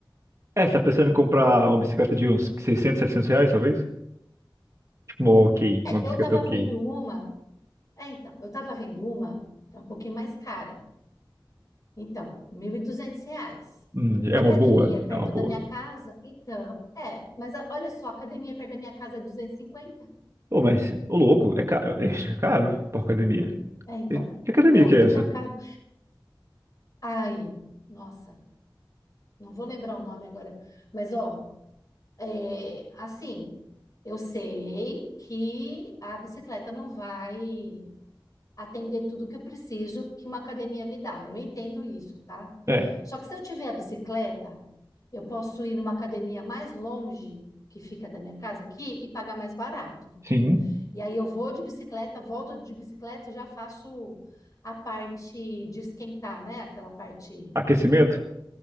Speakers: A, on the right; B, on the left.
A: É, você tá pensando em comprar uma bicicleta de uns 600 700 reais, talvez? Tipo uma ok,
B: É,
A: uma bicicleta
B: eu estava
A: ok.
B: vendo uma, é, então, eu estava vendo uma, que é um pouquinho mais cara. Então, 1.200 reais.
A: Hum, é
B: Academia
A: uma boa,
B: perto
A: é uma boa.
B: da minha casa, então, é, mas a- olha só, academia perto da minha casa é 250.
A: Ô, mas, ô louco, é caro, é é caro pra academia.
B: É, então,
A: E Que academia
B: é,
A: que
B: aqui
A: é essa?
B: tá caro. Ai, nossa, não vou lembrar o nome agora, mas ó, é, assim, eu sei que a bicicleta não vai atender tudo que eu preciso que uma academia me dá. Eu entendo isso, tá?
A: É,
B: Só que se eu tiver a bicicleta, eu posso ir numa academia mais longe, que fica da minha casa aqui, e pagar mais barato.
A: sim.
B: E aí eu vou de bicicleta, volto de bicicleta e já faço a parte de esquentar, né? Aquela parte
A: Aquecimento?